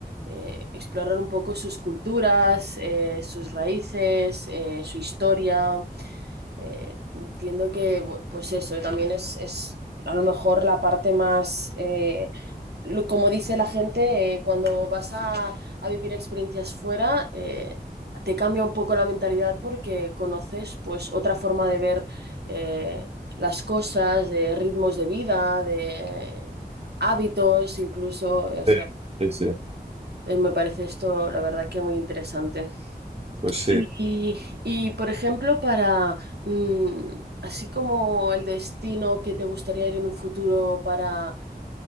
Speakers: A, on the right; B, on the right.
A: eh, explorar un poco sus culturas, eh, sus raíces, eh, su historia. Eh, entiendo que, bu- pues eso, también es, es a lo mejor la parte más, eh, lo- como dice la gente, eh, cuando vas a, a vivir experiencias fuera, eh, te cambia un poco la mentalidad porque conoces pues otra forma de ver eh, las cosas, de ritmos de vida, de hábitos, incluso, o sea,
B: Sí, sí, sí.
A: eh, me parece esto, la verdad que muy interesante.
B: Pues sí.
A: Y, y, por ejemplo, para mm, así como el destino que te gustaría ir en un futuro para,